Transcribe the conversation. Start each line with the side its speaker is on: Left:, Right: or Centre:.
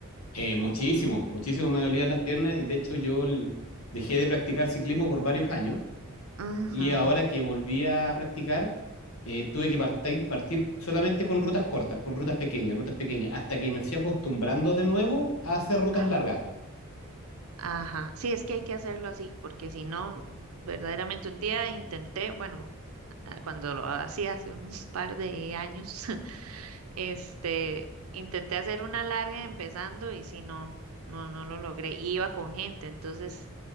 Left: Eh, muchísimo, muchísimo me dolían las piernas y de hecho yo el- dejé de practicar ciclismo por varios años
Right: Ajá,
Left: Y ahora que volví a practicar, eh, tuve que partir, partir solamente con rutas cortas, con rutas pequeñas, rutas pequeñas, hasta que me fui acostumbrando de nuevo a hacer rutas
Right: Ajá.
Left: largas.
Right: ajá. Sí, es que hay que hacerlo así porque si no, verdaderamente un día intenté, bueno, a- cuando lo hacía hace un <laughs> par de años, <laughs> Este, intenté hacer una larga empezando y si no, no, no lo logré. Y iba con gente, entonces